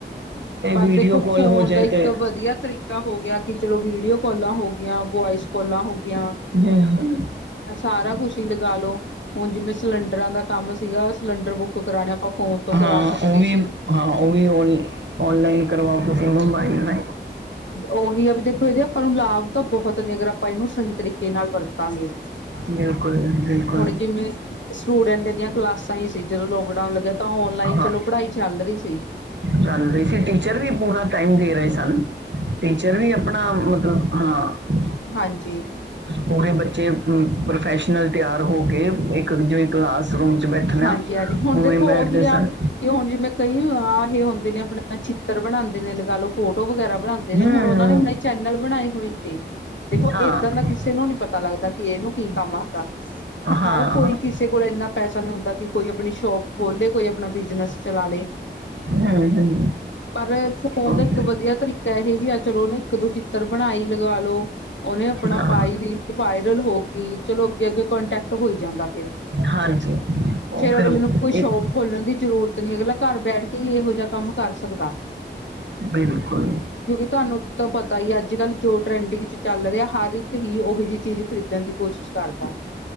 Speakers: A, on the right; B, on the left.
A: ਤੇ
B: ਪਰ
A: ਵੀਡੀਓ
B: ਦੇਖੋ
A: ਕਾਲ
B: ਫੋਨ
A: ਹੋ ਜਾਏ
B: ਦਾ
A: ਤੇ
B: ਇੱਕ ਵਧੀਆ ਤਰੀ ਹੋ ਗਿਆ ਕਿ ਚਲੋ ਵੀਡੀਓ ਕਾਲਾਂ ਹੋ ਗੀਆਂ ਵੋਇਸ ਕੋਾਲਾਂ ਹੋ ਗਿਆ
A: ਹਮ।
B: ਸਾਰਾ ਕੁਛ ਹੀ ਲਗਾਾਲੋ ਹੁਣ ਜਿਵੇਂ ਸਿਲੰਡਰਾਂ ਦਾ ਕੰਮ ਸੀਗਾ ਸਿਲੰਡਰ ਬੁੱਕ ਕਰਾਉਣੇ ਆਪਾਂ ਫੋਨ ਤੋਂ
A: ਹਾਂ
B: ਕਰਾ ਸਕਦੇ
A: ਉਹ ਵੀ
B: ਸੀ।
A: ਹਾਂ ਉਹ ਵੀ ਔਨ ਔਨਲਾਈਨ ਕਰਵਾ ਤੁਸੀਂ ਮੰਬਾਈਲ ਲ
B: ਉਹੀ ਆ ਵੀ ਦੇਖੋ ਇਹਦੇ ਆਪਾਂ ਨੂੰ ਲਾਭ ਤਾਂ ਬਹੁਤ ਨੇ ਅਗਰਾਂ ਆਪਾਂ ਇਹਨੂੰ ਸਹੀ ਤਰੀਕੇ ਨਾਲ ਵਰਤਾਂਗੇ
A: ਬਿਲਕੁਲ ਬਿਲਕੁਲ
B: ਹੁਣ ਜਿਵੇਂ ਸਟੂਡੈਂਟ ਦੀਆਂ ਕਲਾਸਾਂ ਹੀ ਸੀ ਜਦੋਂ ਲੋਕਡਾਊਨ ਲੱਗਿਆ ਤਾਂ ਔਨਲਾਈਨ
A: ਹਾਂ
B: ਚਲੋ ਪੜ੍ਹਾਈ ਚੱਲ ਰਹੀ ਸੀ।
A: ਚੱਲ ਰਹੀ ਸੀ ਟੀਚਰ ਵੀ ਪੂਰਾ ਟਾਈਮ ਦੇ ਰਹੇ ਸਨ। ਟੀਚਰ ਵੀ ਆਪਣਾ ਮਤਲਬ ਹਾਂ
B: ਹਾਂਜੀ
A: ਪੂਰੇ ਬੱਚੇ ਪ੍ਰੋਫੈਸ਼ਨਲ ਤਿਆਰ ਹੋ ਕੇ। ਇੱਕ ਜਿਂ ਕਲਾਸਰੂਮ ਚ ਬੈਠਣਾ
B: ਹਾਂਜੀ ਹਾਂਜੀ ਹੁਣ ਦੇਖੋ
A: ਉਵੇਂ ਬੈਠਦੇ
B: ਉਹੀ
A: ਸਨ।
B: ਆ ਕਿ ਹੁਣ ਜਿਵੇਂ ਕਈ ਆ ਇਹ ਹੁੰਦੇ ਨੇ ਆਪਣਾ ਚਿੱਤਰ ਬਣਾਉਂਦੇ ਨੇ ਲਗਾ ਲਓ ਫੋਟੋ ਵਗੈਰਾ। ਬਣਾਉਂਦੇ ਨੇ
A: ਹੂੰ
B: ਹੁਣ ਉਹਨਾਂ
A: ਹੂੰ,
B: ਨੇ ਆਪਣੇ ਚੈਨਲ ਬਣਾਏ ਹੋਏ ਨੇ ਦੇਖੋ
A: ਹਾਂ
B: ਏਦਾਂ ਦਾ ਕਿਸੇ ਨੂੰ ਨੀ ਪਤਾ ਲੱਗਦਾ ਇਹਨੂੰ ਕੀ ਕੰਮ ਆਦਾ ਹਾਂ
A: ਹਾਂ
B: ਹਰ ਕੋਈ ਕਿਸੇ ਕੋਲ ਇੰਨਾ ਪੈਸਾ ਨਹੀਂੀ ਹੁੰਦਾ ਕਿ ਕੋਈ ਆਪਣੀ ਸ਼ੋਪ ਖੋਲੇ ਕੋਈ। ਆਪਣਾ ਬਿਜ਼ਨਸ ਚਲਾ ਲਏ।
A: ਹੂੰ ਹੂੰ
B: ਪਰ ਫੋਨ
A: ਓਕੇ
B: ਦਾ ਇੱਕ ਵਧੀਆ ਤਰੀਕਾ ਇਹ ਵੀ ਆ ਚਲੋ ਉਹਨ ਇੱਕ ਦੋ ਚਿੱਤਰ ਬਣਾਈ ਲਗਾ ਲੋ। ਉਹਹਨੇ ਆਪਣਾ
A: ਹਾਂ
B: ਪਾਈ ਰੀਲ ਵਾਇਰਲ ਹੋ ਕੇ ਚਲੋ ਅੱਗੇ ਅੱਗੇ ਕੋਂਟੈਕਟ ਹੋਈ ਜਾਂਦਾ ਫਿਰ।
A: ਹਾਂਜੀ। ਉਹ
B: ਫੇਿਰ
A: ਫਿਰ
B: ਅਗਲੇ ਨੂੰ ਕੋਈ ਸ਼ੋਪ
A: ਇੱਕ
B: ਖੋਲਣ ਦੀ ਜ਼ਰੂਰਤ ਨਹੀਂ। ਅਗਲਾ ਘਰ ਬੈਠ ਕੇ ਹੀ ਇਹੋ ਜਿਹਾ ਕੰਮ ਕਰ ਸਕਦਾ।
A: ਬਿਲਕੁਲ।
B: ਕਿਉਂਕਿ ਤੁਹਾਨੂੰ ਤਾਂ ਪਤਾ ਹੀ ਅੱਜ ਕੱਲ ਜੋ ਟਰੈਂਡਿੰਗ ਚ ਚੱਲ ਰਿਹਾ ਹਰ ਇੱਕ ਹੀ ਉਹੋ ਜਿਹੀ ਚੀਜ਼ ਖਰੀਦੀ। ਣ ਦੀ ਕੋਸ਼ਿਸ਼ ਕਰਦਾ।